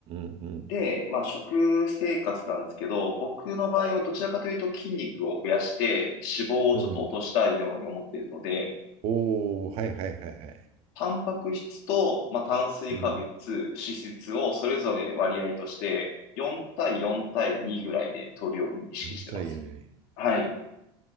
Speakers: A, on the right; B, on the left.
A: んうん
B: で、まあ、食生活なんですけど、僕の場合はどちらかというと筋肉を増やして、脂肪をちょっと落としたいように思っているので、
A: うんうん。うん。おお、はいはいはいはい。
B: タンパク質と、まあ、炭水化物、
A: うん。
B: 脂質をそれぞれ割合として4対4対2ぐらいで取るように意識してます。
A: 4対4。
B: はい。